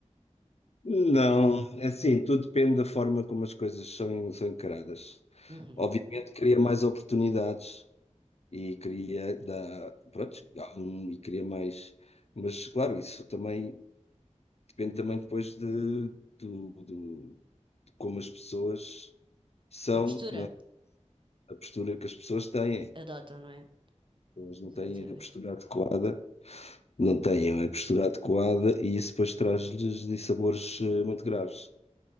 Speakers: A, on the left (about 60°); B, on the right (about 40°).
A: Não, é assim, tudo depende da forma como as coisas são, são encaradas.
B: Uhum.
A: Obviamente cria mais oportunidades e cria da, pronto, há um- e cria mais, mas claro, isso também depende também depois de, do- do- de como as pessoas são,
B: A postura
A: não é? A postura que as pessoas têm.
B: adotam, não é?
A: Elas não
B: Exatamente.
A: têm a postura adequada, não têm a postura adequada e isso depois traz-lhes dissabores eh, muito graves.